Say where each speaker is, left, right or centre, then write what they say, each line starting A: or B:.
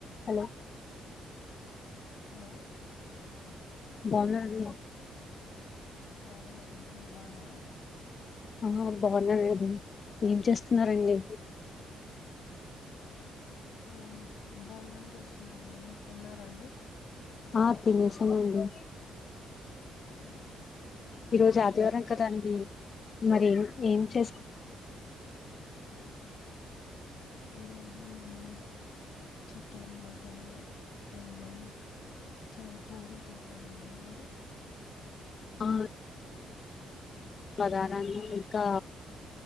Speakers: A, on the left; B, on the left.
A: Hello
B: hello
A: బాగున్నారాండి
B: బాగున్నామండి మీరు బాగున్నార
A: ఆ బాగున్నానం ఏం చేస్తున్నారండి
B: మేం భోజనం చేస్తున్నామండి మీరు తిన్నారాండి
A: ఆ తినేశామండి
B: హ
A: ఈ రోజు ఆదివారం కదండి మరి ఏం ఏం చేసుకు
B: ఈరోజు మేము చికెన్ మటన్ అన్నం చే పూరి చేసామండి మీరు
A: ఆ బగారా అన్నం ఇంకా